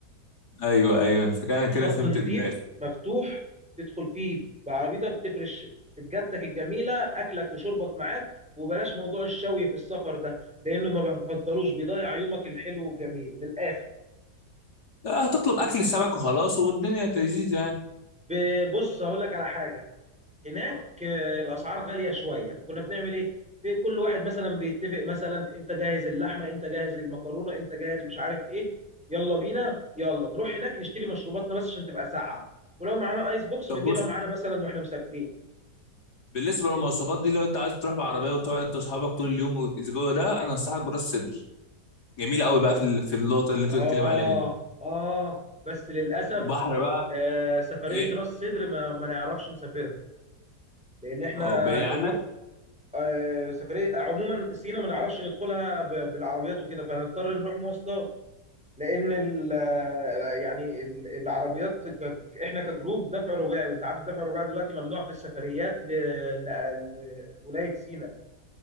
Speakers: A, on the left (about 70°); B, in the centre.
A: ايوه ايوه انا فاكر انا
B: شط
A: كده فهمت
B: نظيف
A: دماغي
B: مفتوح تدخل فيه بعربيتك تفرش سجادتك الجميله اكلك وشربك معاك وبلاش موضوع الشوي في السفر ده لانه ما بفضلوش بيضيع يومك الحلو والجميل من الاخر
A: آه، هتطلب اكل السمك وخلاص والدنيا لذيذه يعني
B: ب- بص هقول لك على حاجه هناك آه، الاسعار غاليه شويه فكنا بنعمل ايه في كل واحد مثلا بيتفق مثلا انت جاهز اللحمه انت جاهز المكرونه انت جاهز مش عارف ايه يلا بينا يلا نروح هناك نشتري مشروباتنا بس عشان تبقى ساقعه ولو معانا ايس بوكس
A: طب
B: بنجيبها
A: بص
B: معانا مثلا واحنا مسافرين
A: بالنسبه للمواصفات دي لو انت عايز تروح بعربيه وتقعد انت واصحابك طول اليوم والجو ده انا انصحك براس سدر جميل قوي بقى في ال- في النقطه اللي انت
B: آه
A: بتتكلم عليها دي
B: آه بس للأسف
A: بحر بقى
B: آه سفرية
A: ايه
B: راس سدر ما, ما نعرفش نسافرها لأن إحنا
A: اه بعيد
B: جروب
A: عنك
B: آه سفرية عموما سينا ما نعرفش ندخلها ب- بالعربيات وكده فهنضطر نروح مواصلات لأن ال يعني ال- العربيات ك- إحنا كجروب دفع رباعي وأنت عارف الدفع الرباعي دلوقتي ممنوع في السفريات ل- ل- لولاية سينا